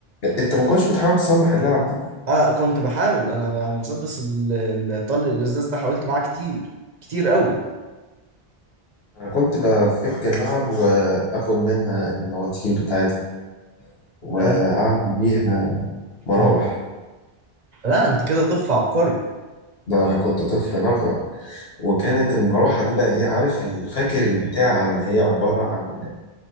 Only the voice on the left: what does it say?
أنت ما كنتش بتحاول تصلح اللعبة
أنا كنت بفك اللعب وآخد منها المواتير بتاعتها وأعمل
بيها مراوح
ده أنا كنت طفل نفغ وكانت المروحة دي بقى إيه عارف الفاكر البتاع اللي هي عبارة عن